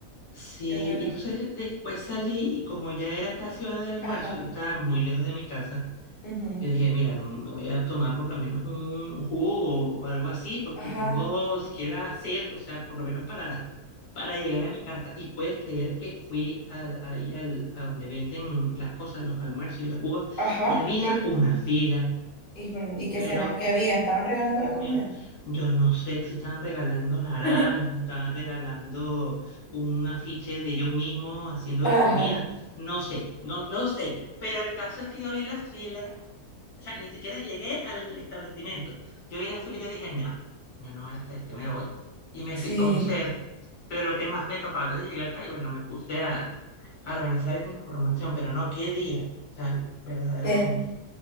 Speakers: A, on the left; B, on the left.
A: sí,
B: Qué bueno.
A: y entonces después salí y como ya era casi hora de almuerzo,
B: Ajá,
A: yo estaba muy lejos de mi casa,
B: ujú,
A: Yo dije, mira, no, me voy a tomar por lo menos un jugo o algo así, porque
B: Ajá,
A: tengo siquiera sed, o sea, por lo menos para, <laughs> para llegar a mi casa. Y puedes creer que fui a- ahí al, a donde venden las cosas, los almuerzos y los jugos,
B: ajá,
A: y había
B: sí.
A: una fila,
B: Híjole, ¿y qué
A: pero,
B: será? ¿Qué había? ¿Estaban regalando
A: Dios
B: la comida?
A: mío, yo no sé si estaban regalando naranjas,
B: <laughs>
A: estaban regalando un afiche de ellos mismos haciendo
B: Ajá.
A: la comida, no sé, no, no sé. Pero el caso es que yo vi las filas o sea, ni siquiera llegué al establecimiento. Yo vi el fila y yo dije, nah, yo no voy a hacer, que me voy. Y me
B: Sí,
A: fui con sed, pero lo que más me tocaba. Entonces llegué acá y bueno, me puse a, a organizar esa información, pero no, qué día. O sea, verdaderamente.
B: que